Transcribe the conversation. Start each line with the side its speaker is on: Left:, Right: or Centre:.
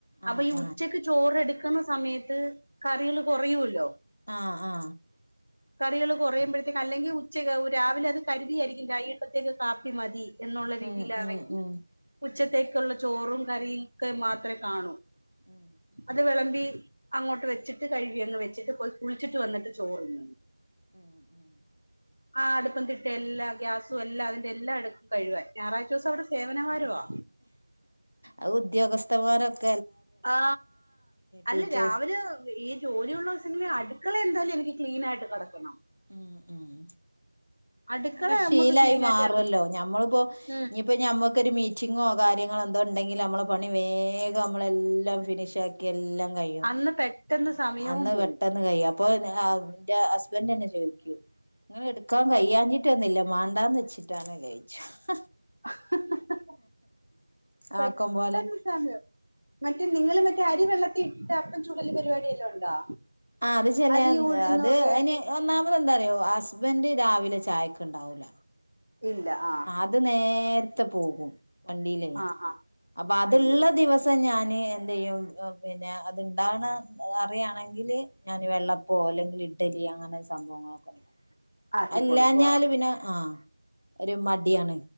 Left: ആ
Right: അപ്പം ഈ ഉച്ചയ്ക്ക്
Left: ആ
Right: ചോറ്ടുക്ക ക്കുന്ന സമയത്ത് കറികൾ കുറയോലോ.
Left: ആ ആ
Right: കറികൾ കുറയുമ്പോഴത്തേക്കും അല്ലെങ്കിൽ ഉച്ചയുയൊക്കെ രാവിലെ അത് കരുതിയിരിക്കും വൈകിട്ടല്തേക്ക് കാപ്പി മതി എന്നുള്ള രീതിയിലാണെങ്കിൽ
Left: ഉം ഉം ഉം
Right: ഉച്ചത്തേക്കുള്ള
Left: ഉം
Right: ചോറും- കറിക്ക് മാത്രമേ കാണൂ
Left: ഉം
Right: അത് വിളമ്പി - അങ്ങോട്ട് വെച്ചിട്ട് കഴുകിയ വെച്ചിട്ട് പോയി കുളിച്ചിട്ട് വന്നിട്ട് ചോറുന്ന്
Left: <inaudible>
Right: ആ അടുപ്പം തിട്ട എല്ലാ ഗ്യാസ്- എല്ല അതിന്റെ എല്ലാം എടുക്കും കഴുകാൻ ഞായറാഴ്ച ദിവസം അവിടെ സേവനവാരവാ
Left: ആഹ് ഉദ്യോഗസ്ഥമാരൊക്കെ -
Right: ആ അല്ല
Left: ടീച്ചേഴ്സ്
Right: രാവിലെ ഈ ജോലിയുള്ള ദിസങ്ങളിലെ അടു- അടുക്കള എന്തായാലും എനിക്ക് ക്ലീനായിട്ട് കടക്കണം
Left: ഉം ഉം <inaudible>
Right: അടുക്കള
Left: അങ്ങനെ ഒരു
Right: നമ്മക്ക്
Left: ശീലായി
Right: ക്ലീൻ
Left: മാറേല്ലോ
Right: ആയിട്ട് കിട
Left: നമ്മളിപ്പോ
Right: ഉം
Left: ഇഞ്ഞിയിപ്പോ ഞമ്മക്കൊരു മീറ്റിങ്ങോ കാര്യങ്ങളോ എന്തോ ഉണ്ടെങ്കിലും നമ്മള പണി വേഗം നമ്മളെല്ലാം ഫിനിഷ് ആക്കി എല്ലാം- കഴിയും
Right: അന്ന് പെട്ടെന്ന്
Left: ആ
Right: സമയവും
Left: അന്ന്
Right: പോവും
Left: പെട്ടെന്ന് കഴും അപ്പൊ എന്റെ ഹസ്ബൻറ് എന്നന്നെ ചോദിക്കു- നിങ്ങൾ എടുക്കാൻ
Right: പെ
Left: കഴ്യാൻ കില്ല <unintelligible> വേണ്ടാന്ന് വെച്ചിട്ടാണ് കഴിച്ചത്
Right: ഹഹഹ പെട്ടെന്ന്
Left: ആക്കം പോലെ
Right: സാമ്യോ <unintelligible> മറ്റേ നിങ്ങൾ മറ്റ അരി വെള്ളത്തി ഇട്ട അപ്പം ചൂടല് പരിപാടി വലോ ഉണ്ടോ
Left: ആ അത് ചെല
Right: അരി ഉഴുന്നും
Left: അത്
Right: ഒക്കെ
Left: അയിന് ഒന്നാ നമ്മെന്താറിയോ <unintelligible> ഹസ്ബൻഡ് രാവിലെ ചായക്ക് ഇണ്ടാവൂല
Right: ഇല്ല ആഹ്
Left: അത് നേര നേരത്തെ പോകും വണ്ടില്ലേ
Right: ആഹ് ആഹ്
Left: അപ്പൊ അത്ഇള്ള
Right: അയ്യോ
Left: ദിവസം ഞാന്- എന്ത്യ്യും പിന്നെ അത് ഇണ്ടണ പറയാണെങ്കിൽ ഞാൻ വെള്ളപ്പോ അല്ലെങ്കിൽ ഇഡലി അങ്ങനെ സംഭവങ്ങളൊക്കെ ഉണ്ടാക്കും
Right: ആക്കി
Left: അല്ലാഞ്ഞൽ
Right: കൊടുക്കും ആഹ്
Left: പിന്നെ ആ- മടിയാണ്